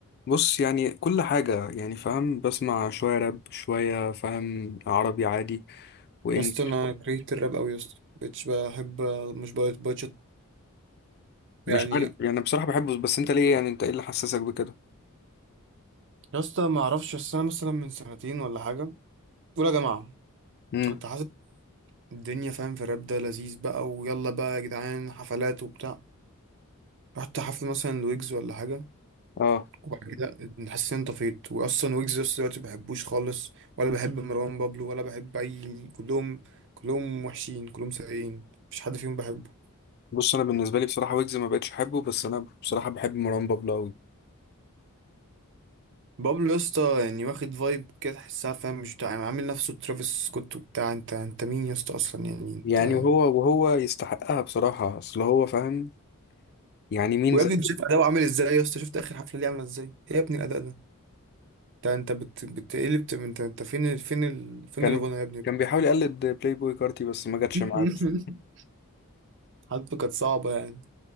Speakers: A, on the left; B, on the right.
A: بص يعني كل حاجه يعني فاهم بسمع شويه راب شويه فاهم عربي عادي وانجلش
B: بس انا كرهت الراب قوي يا اسطى مبقتش بحب مش بقيت بقيت
A: مش
B: يعني
A: عارف يعني انا بصراحه بحبه بس انت ليه يعني انت ايه اللي حسسك بكده
B: يا اسطى ما اعرفش بس انا مثلا من سنتين ولا حاجه اولى جماعه
A: امم
B: كنت حاسس الدنيا فاهم في الراب ده لذيذ بقى ويلا بقى يا جدعان حفلات وبتاع رحت حفل مثلا لويجز ولا حاجه
A: اه
B: وبعد كده حسيت ان أنا طفيت واصلا ويجز لسه دلوقتي ما بحبوش خالص ولا بحب مروان بابلو ولا بحب اي كلهم كلهم وحشين كلهم سيئين مفيش حد فيهم بحبه
A: بص انا بالنسبه لي بصراحه ويجز ما بقتش احبه بس انا بصراحه بحب مروان بابلو أوي.
B: بابلو يا اسطى يعني واخد فايب كده تحسها فاهم مش بتاع يعني عامل نفسه ترافيس سكوت وبتاع انت انت مين يا اسطى اصلا يعني
A: يعني
B: انت
A: وهو وهو يستحقها بصراحة أصل هو فاهم يعني مين
B: ويا
A: زي
B: ابني انت شايف اداؤه عامل ازاي يا اسطى شفت اخر حفله ليه عامله ازاي ايه يا ابني الاداء ده انت انت بت... بتقلب انت انت فين ال... فين ال... فين
A: كان
B: الغنى يا ابني
A: كان بيحاول يقلد بلاي بوي كارتي بس ما جاتش
B: <laughs>
A: معاه بس
B: حالته كانت صعبه يعني